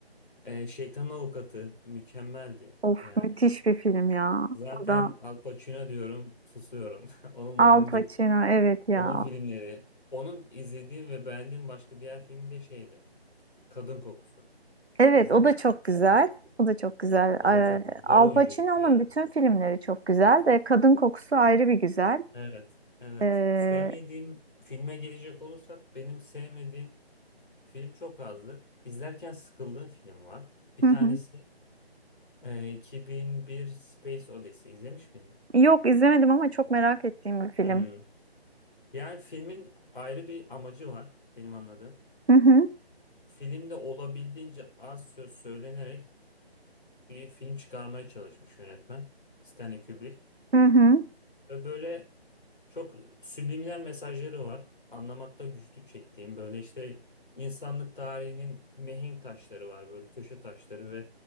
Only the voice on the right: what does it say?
Of,
müthiş bir film ya.
O da
Al
Pacino, evet ya.
Evet,
o da çok güzel. O da çok güzel.
Ee,
Al
Pacino'nun
bütün filmleri çok güzel de Kadın Kokusu ayrı bir güzel.
Ee,
hı
hı.
Yok izlemedim ama çok merak ettiğim bir film.
Hı hı.
Hı hı.